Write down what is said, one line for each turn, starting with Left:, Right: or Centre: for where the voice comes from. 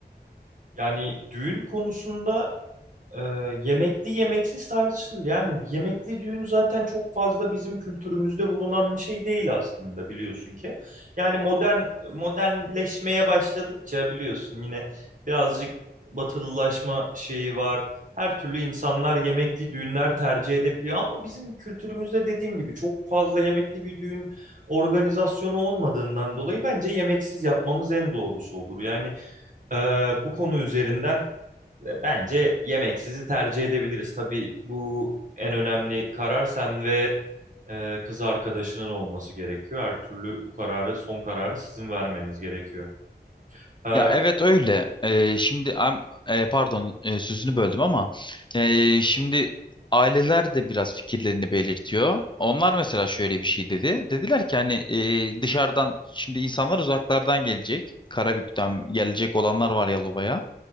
Right: Yani düğün konusunda Ee, yemekli yemeksiz tartışılır. Yani yemekli düğün zaten çok fazla bizim kültürümüzde bulunan bir şey değil aslında biliyorsun ki. Yani modern modernleşmeye başladıkça biliyorsun yine birazcık batılılaşma şeyi var. Her türlü insanlar yemekli düğünler tercih edebiliyor ama bizim kültürümüzde dediğim gibi çok fazla yemekli bir düğün organizasyonu olmadığından dolayı bence yemeksiz yapmamız en doğrusu olur. Yani e, bu konu üzerinden Bence yemeksizi tercih edebiliriz. Tabii bu en önemli karar sen ve e, kız arkadaşının olması gerekiyor. Her türlü bu kararı, son kararı sizin vermeniz gerekiyor. E,
Left: Ya evet öyle. Ee, şimdi am- e, pardon e, sözünü böldüm ama e, şimdi aileler de biraz fikirlerini belirtiyor. Onlar mesela şöyle bir şey dedi. Dediler ki hani e, dışarıdan şimdi insanlar uzaklardan gelecek. Karabük'ten gelecek olanlar var Yalova'ya.